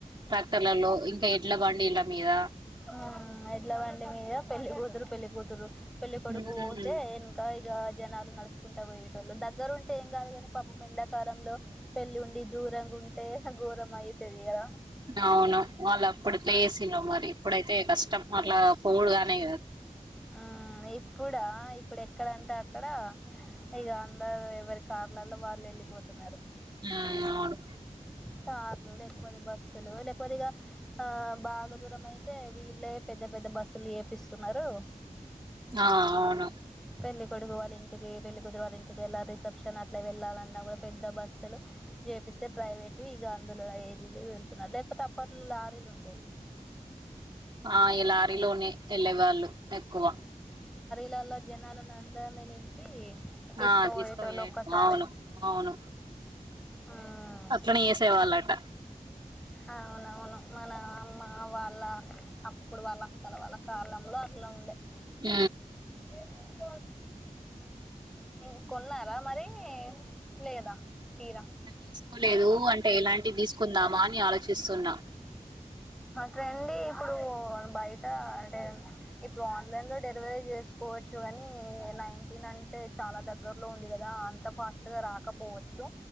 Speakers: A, on the right; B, in the centre.
A: ట్రాక్టర్లలో ఇంకా ఎడ్ల బండిల మీద
B: ఉ ఎడ్లబండి మీద పెళ్లి కూతురు పెళ్లికతురు పెళ్లి కొడుకు
A: మ్మ్
B: పోతే ఎనకయ్ జనాలు నడుచకుంటా పోయేటోళ్ళు దగ్గర ఉంటే ఏం కాదు కాని పాపం ఎండాకాలంలో పెళ్లి ఉండి దు దురంగుంటే ఘోరం అయితది కదా
A: అవును వాళ్ళు అప్పుడు పేసిల్లో మరి ఇప్పుడైతే కష్టం అట్లా పోవుడుగాని
B: మ్మ్ ఇప్పుడా ఇప్పుడు ఎక్కడంటే అక్కడ
A: ఆ
B: ఇగ అందరు ఎవరి కార్లలో వాళ్ళు వెళ్ళిపోతున్నారు
A: ఉ అవును
B: కార్లు లేకపోతే బస్సులు లేకపోతే ఇగ ఆ బాగా దూరం అయి తే వీళ్ళే పెద్ద పెద్ద బస్సులు చేపిస్తున్నారు
A: ఆ అవును
B: పెళ్లి కొడుకు వాళ్ళ ఇంటికి పెళ్లి కూతురు వాళ్ళ ఇంటికి వెళ్ళ రిసెప్షన్ అట్లా వెళ్ళాలన్నా కూడా పెద్ద బస్సులు చేపిస్తే ప్రైవేటు ఇగ అందులో వెళ్ళి వెళ్తున్నారు లేకపోతే అప్పట్లో లారీలు ఉండేవి
A: ఆ ఈ లారీలోనే వెళ్ళేవాళ్ళు ఎక్కువ
B: రీలల్లో జనాలను అందరినీ నింపి తీసుకపోయేటోళ్ళు
A: ఆ తీసుకు పోయె
B: ఒక్కసారే
A: అవును అవును
B: మ్మ్
A: అట్లనే చేసేవాళ్లంట
B: అవునవును మన అమ్మ వాళ్ళ అప్పుడు వాళ్ళ అక్కల వాళ్ళ కాలంలో అట్లా ఉండే
A: ఊ
B: ఏ చూపి ఇంకున్నారా మరి లేదా చీర
A: ఇంకా తీసుకోలేదు అంటే ఎలాంటివి తీసుకుందామా అని ఆలోచిస్తున్నా
B: ర్రండి ఇప్పుడు బయట అంటే ఇప్పుడు ఆన్లైన్లో డెలివరీ చేస్ కోవచ్చు కానీ నైన్టీన్ అంటే చాలా దగ్గరలో ఉంది కదా అంత ఫాస్ట్గా రాకపోవచ్చు